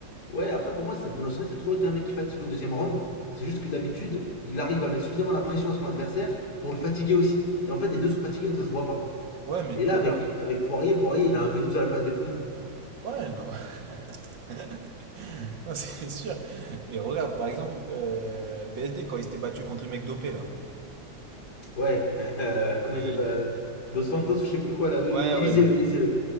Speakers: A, on the left (about 55°); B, on the right (about 65°).
A: Ouais, après pour moi, c'est Benoît ça a toujours été un mec qui fatigue au deuxième round. C'est juste que d'habitude, il arrive à mettre suffisamment la pression à son adversaire pour le fatiguer aussi. Et en fait, les deux sont fatigués donc ça se voit pas.
B: Ouais, mais
A: Et
B: regarde.
A: là, avec, avec Poirier, Poirier, il a un V12 à la place des poumons.
B: Ouais, non. <laughs> Non, c'est sûr. Mais regarde, par exemple, euh, BSD, quand il s'était battu contre le mec dopé, là.
A: Ouais, <laughs> comment
B: Et-
A: il s'appelle euh, Dos Santos, je sais plus quoi, là, oui,
B: Ouais,
A: oui,
B: ouais,
A: Eliseu,
B: le-
A: Eliseu.
B: le-